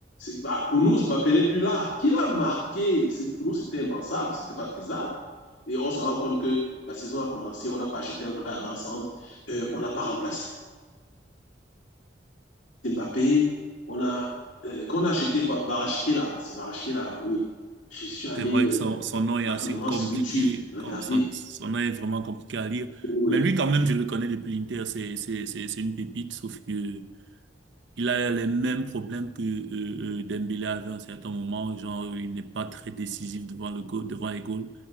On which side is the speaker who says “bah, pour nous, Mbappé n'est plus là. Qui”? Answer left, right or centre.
Left